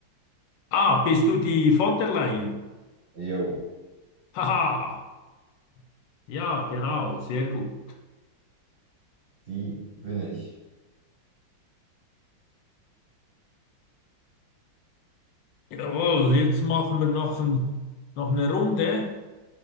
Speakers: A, on the left (about 75°); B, on the right (about 50°).
A: Ah, bist du die von der Leyen?
B: Jo,
A: Haha, ja, genau, sehr gut.
B: die bin ich.
A: Jawohl, jetzt machen wir noch ein, noch eine Runde.